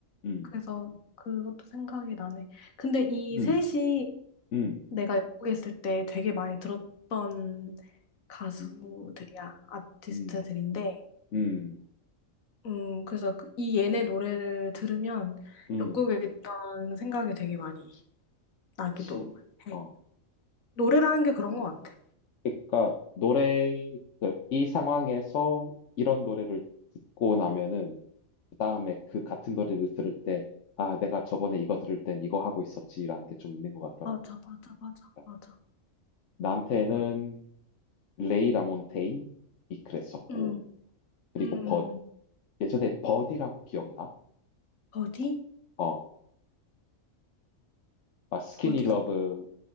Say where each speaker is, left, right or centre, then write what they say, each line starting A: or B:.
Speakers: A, on the left; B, on the left.
A: 음,
B: 그래서 그것도 생각이 나네. 근데 이
A: 음,
B: 셋이
A: 음,
B: 내가 영국에 있을 때 되게 많이 들었던 가수들이야,
A: 음.
B: 아티스트들인데,
A: 음. 음,
B: 음, 그래서 그- 이 얘네 노래를 들으면
A: 음,
B: 영국에 있던 생각이 되게 많이 나기도
A: 그치.
B: 해.
A: 어.
B: 노래라는 게 그런 것 같아.
A: 그러니까 노래 그이 상황에서 이런 노래를 듣고 나면은 그 다음에 그 같은 노래를 들을 때 아, 내가 저번에 이거 들을 땐 이거 하고 있었지라는 게 좀 있는 것 같더라고.
B: 맞아, 맞아, 맞아,
A: 그러니까
B: 맞아.
A: 나한테는
B: 맞아.
A: 레이 라몬테인이 그랬었고
B: 음,
A: 그리고
B: 음, 음.
A: 버 예전에 버디라고 기억나?
B: 어디?
A: 어, 막 스키니
B: 어디가?
A: 러브,